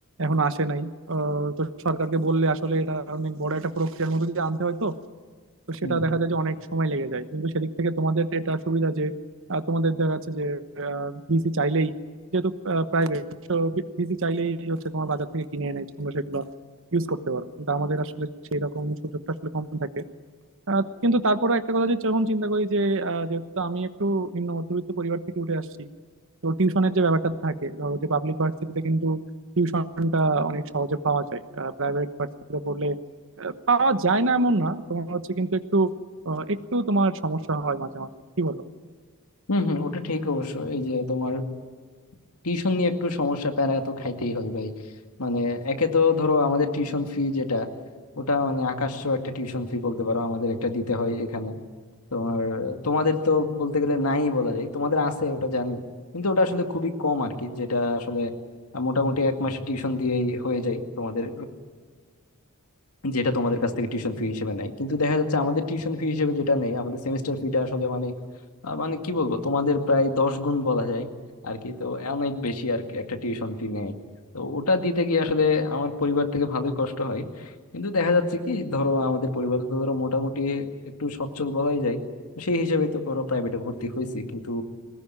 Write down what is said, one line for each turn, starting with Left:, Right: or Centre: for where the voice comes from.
Right: এখন আসে নাই আহ, তো সরকারকে বললে আসলে এটা অনেক বড় একটা প্রক্রিয়ার মধ্যে দিয়ে আনতে হয় তো তো সেটা
Left: হম
Right: দেখা যায় যে অনেক সময় লেগে যায় কিন্তু সেদিক থেকে তোমাদের এটা সুবিধা যে আহ, তোমাদের দেখা যাচ্ছে যে বিসি চাইলেই যেহেতু প্রাইভেট বিসি চাইলেই হচ্ছে তোমার বাজার থেকে কিনে এনে তোমরা সেগুলো ইউজ করতে পারো কিন্তু আমাদের আসলে সেই রকম সুযোগটা আসলে কম থাকে আহ, কিন্তু তারপরেও একটা কথা যে যখন চিন্তা করি যে আহ, যেহেতু আমি একটু নিম্ন মধ্যবিত্ত পরিবার থেকে উঠে আসছি তো টিউশনের যে ব্যাপারটা থাকে ধরো যে পাবলিক ভার্সিটিতে কিন্তু টিউশনটা অনেক সহজে পাওয়া যায় প্রাইভেট ভার্সিটিতে পড়লে আহ, পাওয়া যায় না এমন না তোমার হচ্ছে কিন্তু একটু আহ, একটু তোমার সমস্যা হয় মাঝে মাঝে কি বলো
Left: হম হম, ওটা ঠিক অবশ্য এই যে তোমার টিউশন নিয়ে একটু সমস্যা প্যারা তো খাইতেই হয় ভাই মানে একে তো ধরো আমাদের টিউশন ফি যেটা ওটা মানে আকাশছোঁয়া একটা টিউশন ফি বলতে পারো আমাদের একটা দিতে হয় এখানে তোমার তোমাদের তো বলতে গেলে নাই বলা যায় তোমাদের আছে ওটা জানি কিন্তু ওটা আসলে খুবই কম আর কি যেটা আসলে মোটামুটি এক মাস টিউশন দিয়েই হয়ে যায় তোমাদের যেটা তোমাদের কাছ থেকে টিউশন ফি হিসেবে নেয় কিন্তু দেখা যাচ্ছে আমাদের টিউশন ফি হিসেবে যেটা নেই আমাদের সেমিস্টার ফিটা আসলে মানে আহ, মানে কি বলবো তোমাদের প্রায় দশ গুণ বলা যায় আর কি তো অনেক বেশি আর কি একটা টিউশন ফি নেয় তো ওটা দিতে গিয়ে আসলে আমার পরিবার থেকে ভালোই কষ্ট হয় কিন্তু দেখা যাচ্ছে কি ধরো আমাদের পরিবার তো ধরো মোটামুটি একটু সচ্ছল বলাই যায় তো সেই হিসেবে তো ধরো প্রাইভেটে ভর্তি হয়েছি কিন্তু